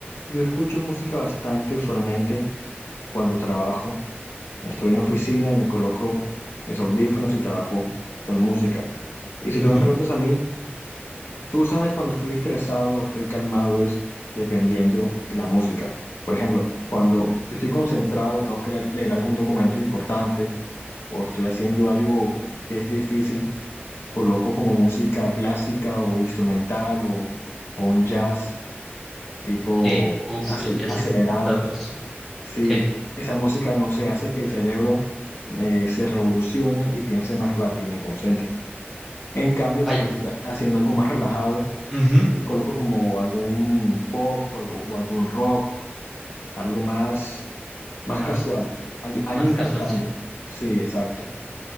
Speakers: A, on the left; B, in the centre.
A: yo escucho música bastante usualmente cuando trabajo. Estoy en la oficina y me coloco mis audífonos y trabajo con música. Y si
B: Ujú.
A: tú me preguntas a mí, tú sabes cuando estoy estresado o estoy calmado es dependiendo de la música. Por ejemplo, cuando yo estoy concentrado, tengo que leer, leer algún documento importante o estoy haciendo algo que es difícil, coloco como música clásica o instrumental o, o un jazz tipo
B: Sí, uff,
A: acel-
B: el jazz
A: acelerado
B: es sabroso.
A: si
B: Sí,
A: esa música no se hace que el cerebro eh, se revolucione y piense más rápido y me concentre. En cambio,
B: hay,
A: cuando estoy haciendo algo más relajado,
B: ujú,
A: y coloco como algún pop o, algo- o algún rock, algo más, más
B: Más,
A: casual, al- alguien
B: más
A: cantando.
B: casual, sí.
A: Sí, exacto.